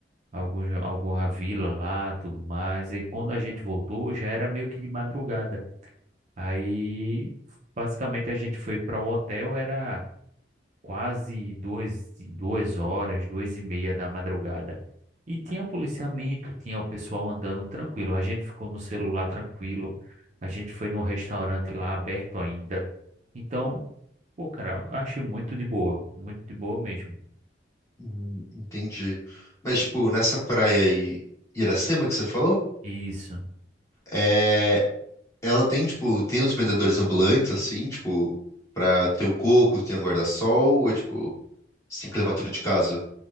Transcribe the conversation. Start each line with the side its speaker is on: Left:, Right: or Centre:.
Right: alguns, alguma vila lá, tudo mais. E quando a gente voltou, já era meio que de madrugada. Aí, basicamente, a gente foi para o hotel, era quase duas, duas horas, duas e meia da madrugada. E tinha policiamento, tinha o pessoal andando tranquilo. A gente ficou no celular tranquilo. A gente foi num restaurante lá aberto ainda. Então, pô, cara, eu achei muito de boa, muito de boa mesmo.
Left: Hum, entendi. Mas, tipo, nessa praia aí, Iracema que você falou?
Right: Isso.
Left: é Ela tem, tipo, tem os vendedores ambulantes, assim, tipo, pra ter o coco, tem o guarda-sol, ou, tipo, você tem que levar tudo de casa?